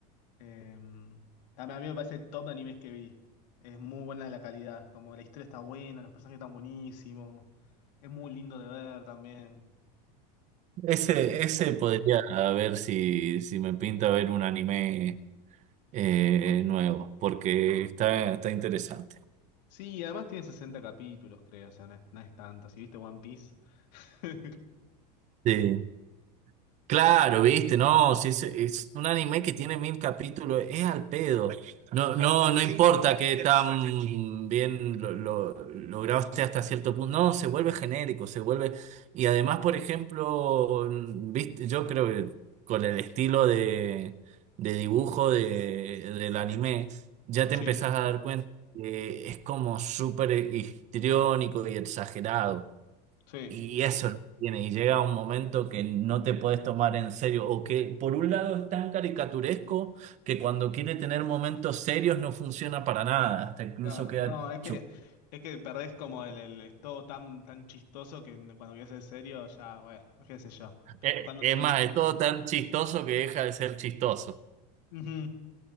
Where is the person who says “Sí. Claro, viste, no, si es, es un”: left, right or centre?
Right